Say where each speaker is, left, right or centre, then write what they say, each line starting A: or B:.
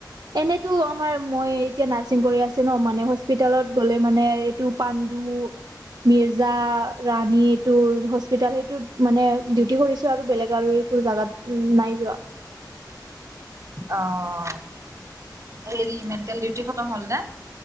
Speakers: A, on the right; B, on the right.
A: এনেতো আমাৰ মই এতিয়া নাচ চাং কৰি আছে ন। মানে হস্পিতালত গ'লে মানে এইটো পাণ্ডু মিৰ্জা ৰাণীটোৰ হস্পিতেল সেইটো মানে ডিউটি কৰিছো আৰু বেলেগ আৰু একো জেগাত উম নাই যোৱা।
B: অ', হেৰি মেণ্টেল ডিউটি খতম হ'ল নে?